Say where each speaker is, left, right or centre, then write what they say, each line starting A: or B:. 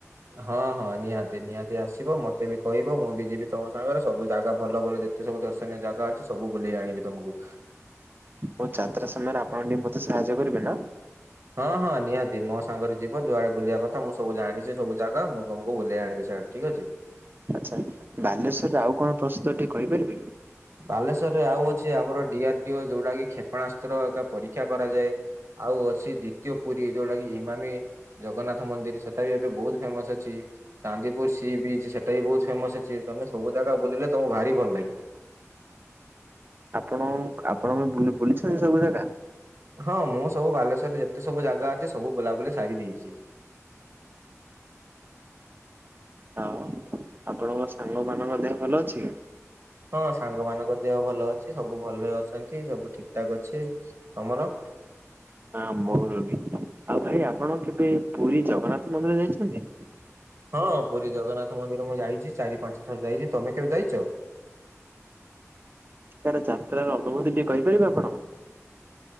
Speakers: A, on the right (about 60°); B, on the right (about 40°).
A: ହଁ ହଁ ନିହାତି ନିହାତି ଆସିବ ମତେ ବି କହିବ ମୁଁ ବି ଯିବି ତମ ସାଙ୍ଗରେ ସବୁ ଜାଗା ଭଲ ଭଲ ଯେ ଜେତେ ସବୁ ଦର୍ଶନୀୟ ଜାଗା ଅଛି ସବୁ ବୁଲେଇ ଆଣିବି ତମକୁ।
B: ହଉ ଯାତ୍ରା ସମୟରେ ଆପଣ ଟିକେ ମତେ ସାହାଯ୍ୟ କରିବେ ନା?
A: ହଁ ହଁ ନିହାତି ମୋ ସାଙ୍ଗରେ ଯିବ ଯୁଆଡେ ବୁଲିବା କଥା ମୁଁ ସବୁ ଜାଣିଛି ସବୁ ଜାଗା ମୁଁ ତମକୁ ବୁଲେଇ ଆଣିବି ସେଆଡେ। ଠିକ୍ ଅଛି।
B: ଆଚ୍ଛା ବାଲେଶ୍ଵରରେ ଆଉ କଣ ପ୍ରସିଦ୍ଧ ଟିକେ କହିପାରିବେକି?
A: ବାଲେଶ୍ଵରରେ ଆଉ ଅଛି ଆମର ଡିଆର ଡିଓ ଯୋଉଟା କି କ୍ଷେପଣାସ୍ତ୍ର ଏକା ପରୀକ୍ଷା କରାଯାଏ। ଆଉ ସେ ଦ୍ଵିତୀୟ ପୁରୀ ଯୋଉଟା କି ଇମାମି ଜଗନ୍ନାଥ ମନ୍ଦିର ସେଟା ବି ଏବେ ବହୁତ ଫେମସ ଅଛି। ଚାନ୍ଦିପୁର ସି ବିଚ ସେଟା ବି ବହୁତ ଫେମସ ଅଛି ତମେ ସବୁ ଜାଗା ବୁଲିଲେ ତମକୁ ଭାରି ଭଲ ଲାଗିବ।
B: ଆପଣ? ଆପଣ ବି ବୁଲି ବୁଲିଛନ୍ତି ସବୁ ଜାଗା?
A: ହଁ ମୁଁ ସବୁ ବାଲେଶ୍ଵରରେ ଯେତେ ସବୁ ଜାଗା ଅଛି ସବୁ ବୁଲାବୁଲି ସାରି ଦେଇଛି।
B: ହଁ। ଆପଣଙ୍କ ସାଙ୍ଗ ମାନଙ୍କ ଦେହ ଭଲ ଅଛି?
A: ହଁ ସାଙ୍ଗମାନଙ୍କ ଦେହ ଭଲ ଅଛି। ସବୁ ଭଲରେ ଅଛନ୍ତି ସବୁ ଠିକ ଠାକ ଅଛି ତମର?
B: ହଁ ମୋର ବି ଆଉ ଭାଇ ଆପଣ କେବେ ପୁରୀ ଜଗନ୍ନାଥ ମନ୍ଦିର ଯାଇଛନ୍ତି?
A: ହଁ ପୁରୀ ଜଗନ୍ନାଥ ମନ୍ଦିର ମୁଁ ଯାଇଛି ଚାରି ପାଞ୍ଚ ଥର ଯାଇଛି ତମେ କେବେ ଯାଇଛ?
B: ତାର ଯାତ୍ରାର ଅନୁଭୂତି ଟିକିଏ କହିପାରିବେ ଆପଣ?